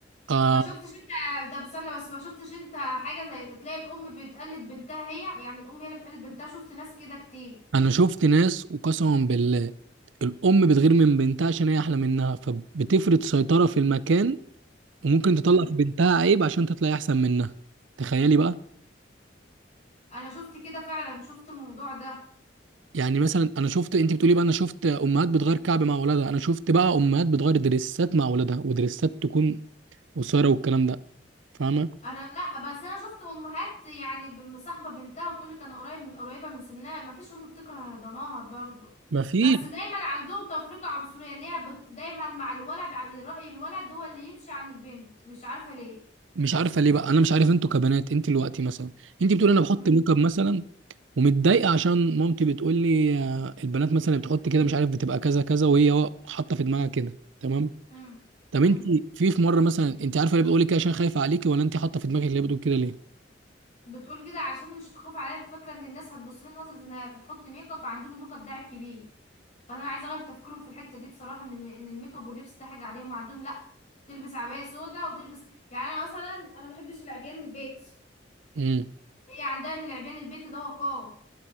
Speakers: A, on the right (about 85°); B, on the left (about 40°).
A: آه
B: ما شفتش انت طب استنى بس ما شفتش انت حاجة زي تلاقي الأم بتقلد بنتها هي يعني الأم هي اللي بتقلد بنتها شفت ناس كده كتير
A: انا شفت ناس وقسما بالله الام بتغير من بنتها عشان هي احلى منها فبتفرض سيطره في المكان وممكن تطلع
B: امم
A: في بنتها عيب عشان تطلع احسن منها تخيلي بقى
B: انا شفت كده فعلا شفت الموضوع ده
A: يعني مثلا انا شفت انت بتقولي بقى انا شفت امهات بتغير كعب مع اولادها انا شفت بقى امهات بتغير دريسات مع اولادها ودريسات تكون قصيره والكلام ده فاهمه
B: انا لا بس انا شفت امهات يعني ب- مصاحبة بنتها وتقولك انا قريب قريبة من سنها ما فيش ام بتكره ضناها برضو
A: ما في
B: بس دايما عندهم تفرقة عنصرية ان هي بت... دايما مع الولد على رأي الولد هو اللي يمشي عن البنت مش عارفة ليه
A: مش عارفه ليه بقى انا مش عارف انتوا كبنات انت دلوقتي مثلا انت بتقولي انا بحط
B: امم
A: ميك اب مثلا ومتضايقه عشان مامتي بتقول لي آه، البنات مثلا بتحط كده مش عارف بتبقى كذا كذا وهي حاطه في دماغها كده تمام
B: امم
A: طب
B: امم.
A: انت في في مره مثلا انت عارفه ليه بتقولي كده عشان خايفه عليكي ولا انت حاطه في دماغك ليه بتقول كده ليه
B: بتقول كده عشان مش خاف عليا فاكره ان الناس هتبص لي نظره انها بتحط ميك اب فعندهم الميك اب ده عيب كبير فانا عايزه اغير تفكيرهم في الحته دي بصراحه ان الم- ان الميك اب واللبس ده حاجه عاديه هم عندهم لا تلبس عبايه سودا وتلبس يعني انا مثلا انا ما بحبش العبيان البيتي
A: امم
B: هي عندها ان العبيان البيتي ده وقار